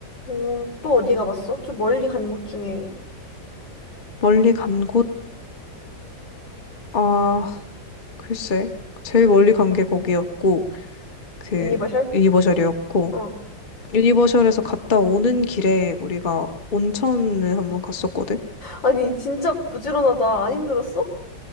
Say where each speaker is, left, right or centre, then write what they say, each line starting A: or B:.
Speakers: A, on the left; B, on the left.
A: 음, 또 어디 가봤어? 좀 멀리 간 곳 중에.
B: 멀리 간 곳, 아, 글쎄. 제일 멀리 간 게 거기였고, 그
A: 유니바샬?
B: 유니버셜이었고
A: 어.
B: 유니버셜에서 갔다 오는 길에 우리가 온천을 한번 갔었거든.
A: 아니, 진짜 부지런하다. 안 힘들었어?